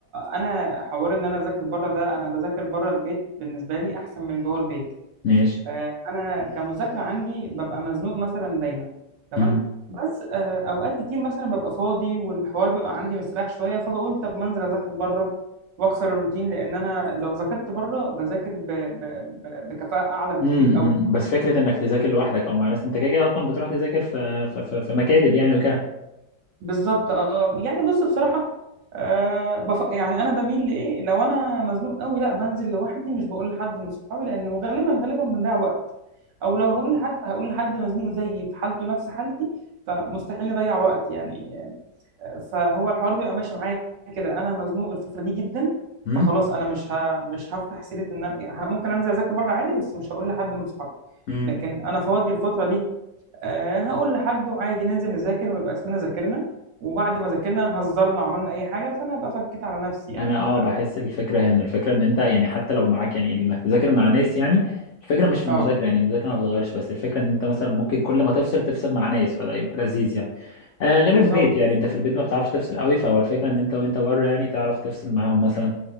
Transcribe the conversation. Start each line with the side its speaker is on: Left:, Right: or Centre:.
Right: انا حوار ان انا اذاكر بره ده انا بذاكر بره البيت بالنسبه لي احسن من جوه البيت
Left: ماشي
Right: آه، انا كمذاكره عندي ببقى مزنوق مثلا دايما تمام
Left: امم
Right: بس آه، اوقات كتير مثلا ببقى فاضي والحوار بيبقى عندي مستريح شويه فبقول طب ما انزل اذاكر بره واكسر الروتين لان انا لو ذاكرت بره بذاكر ب... ب... ب... بكفاءه اعلى بكتير
Left: امم
Right: قوي
Left: بس فكره انك تذاكر لوحدك او مع ناس انت كده كده اصلا بتروح تذاكر في في في في مكاتب يعني وكده
Right: بالظبط اه يعني بص بصراحه آه بف... يعني انا بميل لايه لو انا مزنوق قوي لا بنزل لوحدي مش بقول لحد من صحابي لانه غالبا غالبا بنضيع وقت او لو هقول لحد هقول لحد مزنوق زيي في حالته نفس حالتي فمستحيل نضيع وقت يعني فهو الحوار بيبقى ماشي معايا كده انا مزنوق الفتره دي جدا
Left: امم
Right: فخلاص انا مش ه... مش هفتح سيره ان انا ه- ممكن انزل اذاكر بره عادي بس مش هقول لحد من صحابي
Left: مم.
Right: لكن انا فاضي الفتره دي آه، هقول لحد وعادي ننزل نذاكر ويبقى اسمنا ذاكرنا وبعد ما ذاكرنا هزرنا وعملنا اي حاجه فانا ابقى فكيت على نفسي يعني
Left: انا اه
Right: انت
Left: بحس الفكره هنا الفكره ان انت يعني حتى لو معاك يعني انك تذاكر مع ناس يعني الفكره مش في
Right: اه
Left: المذاكره يعني المذاكره ما بتتغيرش بس الفكره ان انت مثلا ممكن كل ما تفصل تفصل مع ناس فده يبقى لذيذ يعني آه غير
Right: بالظبط
Left: البيت يعني انت في البيت ما بتعرفش تفصل قوي فهو الفكره ان انت وانت بره يعني تعرف تفصل معاهم مثلا